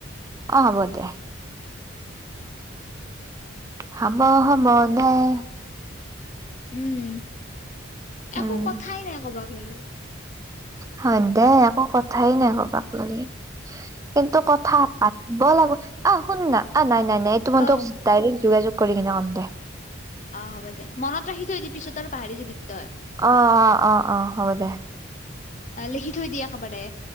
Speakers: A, on the right (about 15°); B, on the left (about 35°).
A: অ' হব দে হব হব দেই
B: উম একো
A: উম
B: কথাই নাই কবাক লাগি
A: হয় দেই একো কথাই নাই কবাক লাগি কিন্তু কথা পাতিব লাগিব অ শুন না অ নাই নাই নাই তোমাৰতোক
B: অ
A: ডাইৰেক্ট যোগাযোগ কৰি কিনে কম দে
B: অ হ'ব দে মনত ৰাখি থৈ দিবি পিছত আৰু পাহৰি যাবি তই
A: অ অ অ অ হ'ব দে
B: অ লিখি থৈ দিয়া একবাৰে